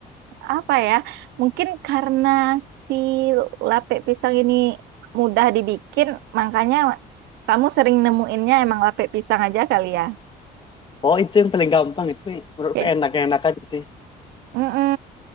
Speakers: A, on the right (about 85°); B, on the left (about 30°).
A: apa ya? Mungkin karena si lape pisang ini mudah dibikin, makanya kamu sering nemuinnya emang lape pisang aja kali ya.
B: oh itu yang paling gampang itu Mi. menurutku
A: Kayak
B: enak enak aja sih
A: Mm-mm.